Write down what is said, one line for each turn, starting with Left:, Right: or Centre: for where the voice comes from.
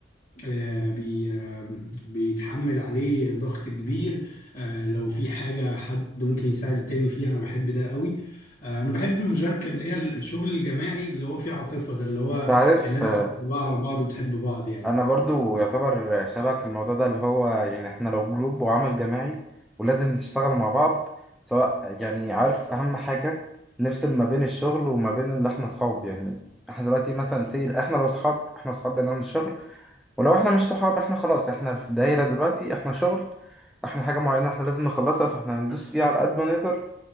Left: آه، بي آه، بيتحمل عليه ضغط كبير آه، لو في حاجة حد ممكن يساعد التاني فيها انا بحب ده قوي آه، انا بحب المشاركة اللي هي الشغل الجماعي اللي هو فيه عاطفة ده اللي هو
Centre: انت عارف
Left: الناس
Centre: آه،
Left: بتحب بعض على بعض وبتحب بعض يعني
Centre: انا برضو يعتبر شبك في الموضوع ده اللي هو يعني احنا لو جروب وعمل جماعي ولازم نشتغل مع بعض سواء يعني عارف اهم حاجة نفصل ما بين الشغل وما بين اللي احنا اصحاب يعني احنا دلوقتي مثلا سي احنا لو اصحاب احنا اصحاب بنعمل شغل ولو احنا مش صحاب احنا خلاص احنا في دايرة دلوقتي احنا شغل احنا حاجة معينة احنا لازم نخلصها فاحنا هندوس فيها على قد ما نقدر